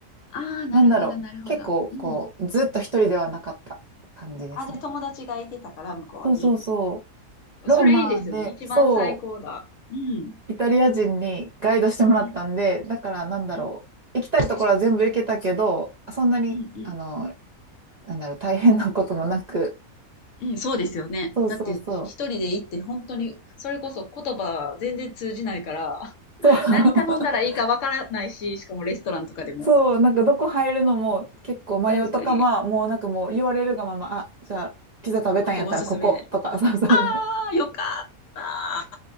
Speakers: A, on the left; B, on the right.
A: ああ、なるほどなるほど。
B: なんだろう、結構、
A: うん。
B: こう、ずっと一人ではなかった感じですね。
A: あ、じゃ、友達がいてたから、向こうに。
B: そうそうそう。
A: それいいですよね。
B: ローマで、
A: 一番最高だ。
B: そ
A: うん。
B: う、イタリア人にガイドしてもらったんで、
A: うん。
B: だからなんだろう、
A: うん。
B: 行きたいところは全部行けたけど、そんなに、
A: うんうん。
B: あの、なんだろう、大変なこともなく、
A: うん、そうですよね。
B: そうそうそう、
A: だって、一人で行って本当に、それこそ言葉全然通じないから、<laughs>
B: そう、<laughs>
A: 何頼んだらいいかわからないし、しかもレストランとかでも。
B: そう、なんかどこ入るのも結構迷うとか、
A: 確かに、
B: まあ、もうなんかもう言われるがまま、あ、じゃあ、ピザ食べたんやったらこことか、
A: ここおすすめ。
B: そうそうそう、
A: ああ、よかった。